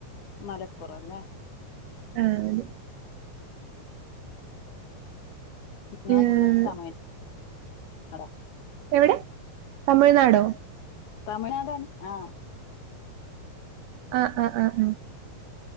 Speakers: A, on the left; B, on the right.
A: മലപ്പുറം ലെ
B: ആഹ അതെ
A: ഞാനിവിടെത്തമയ
B: ഏ,
A: ആഹ
B: എവിടെ തമിഴ്നാടോ
A: തമിഴ്നാടാണ് ആഹ
B: ആഹ ആഹ ആഹ് ആഹ